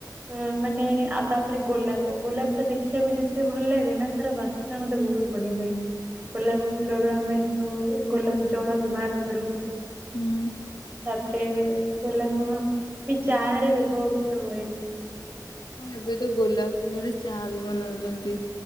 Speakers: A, on the right; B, on the left.
A: ଅ ମାନେ ଆଉ ତାପରେ ଗୋଲାପ ଗୋଲାପ ଟା ଦେଖିବାକୁ ଯେତେ ଭଲ ଲାଗେ ନା ତାର ବାସ୍ନା ମତେ ବହୁତ। ବଢିଆ ଲାଗେ ଗୋଲାପ ଫୁଲର ଆମେ ଯୋଉ ଗୋଲାପ ଜଳ ବ୍ୟବହାର କରୁ।
B: ହୁଁ
A: ତାପରେ। ଗୋଲାପ ବି ଚାହାରେ ବି ବ୍ୟବହୃତ ହୁଏ।
B: ହଁ ଏବେ ତ ଗୋଲାପ ଫୁଲରେ ଚାହା ବି ବନଉଛନ୍ତି।